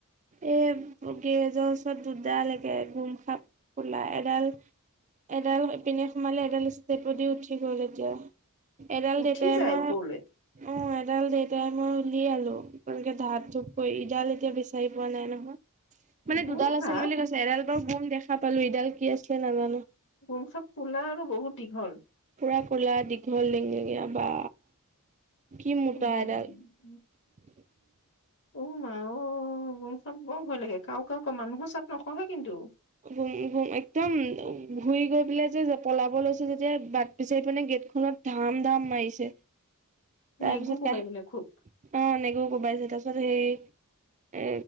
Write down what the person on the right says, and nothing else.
এই গেৰেজৰ ওচৰত দুডাল একে গোম সাপ ক'লা এডাল এডাল ইপিনে সোমালে, এডাল ষ্টেপে দি উঠি গ'ল এতিয়া। এডাল
দেউতাই
মইয়ে
অ' এডাল দেউতাই মই উলিয়ালো, এনেকে ঢাপ ধপ-কৰি। ইডাল এতিয়া বিচাৰি পোৱা নাই নহয়, মানে
দুডাল
আছিল বুলি কৈছে। এডাল বাৰু গোম দেখা পালোঁ, ইডাল কি আছিলে নাজানো।
পুৰা ক'লা দীঘল লেঙ-লেঙীয়া বা। কি মোটা
<unintelligible>
গোম-গোম একদম ঘূৰি গৈ পেলাই যে পলাব লৈছে, যেতিয়া বাট বিচাৰি পোৱা নাই গেটখনত ধাম-ধাম মাৰিছে,
তাৰপিছত
কা
অ' এনেকেও কোবাইছে তাৰপিছত হেৰি এ